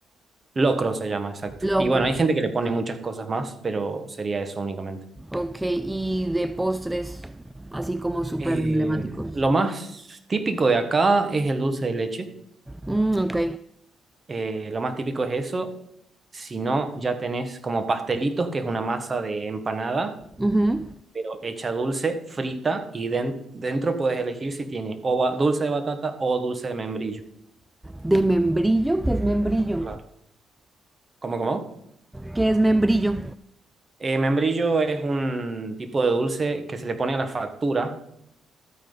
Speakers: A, on the right (about 30°); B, in the centre.
A: Locro se llama, exacto.
B: Locro.
A: Y bueno, hay gente que le pone muchas cosas más, pero sería eso únicamente.
B: Ok, y de postres, así como súper
A: Eh,
B: emblemáticos.
A: lo más típico de acá es el dulce de leche
B: Mm, ok.
A: Eh, lo más típico es eso. Si no, ya tenés como pastelitos, que es una masa de empanada,
B: Ujú.
A: pero hecha dulce, frita, y den- dentro puedes elegir si tiene o ba- dulce de batata o dulce de membrillo.
B: de membrillo, ¿qué es membrillo?
A: Claro. ¿Cómo, cómo?
B: ¿Qué es membrillo?
A: Eh, membrillo es un tipo de dulce que se le pone a la factura.